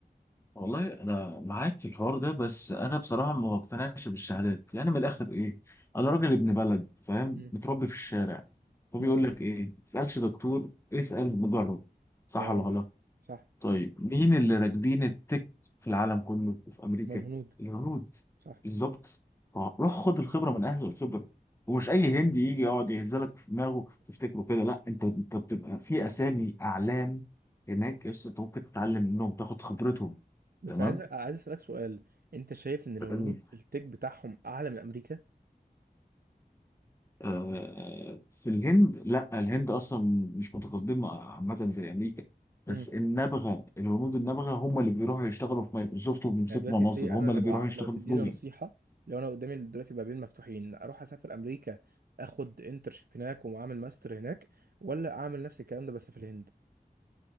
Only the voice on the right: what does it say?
مم.
مم.
تمام
صح
ما الهنود
صح
مم.
بس
عايز عايز اسالك سؤال انت شايف ان الهنود
التك بتاعهم اعلى من امريكا
امم
يعني دلوقتي
سي
انا
لو
ع-
لو تديني
نصيحه لو انا قدامي دلوقتي بابين مفتوحين اروح اسافر امريكا اخد انترشيب هناك واعمل ماستر هناك ولا اعمل نفس الكلام ده بس في الهند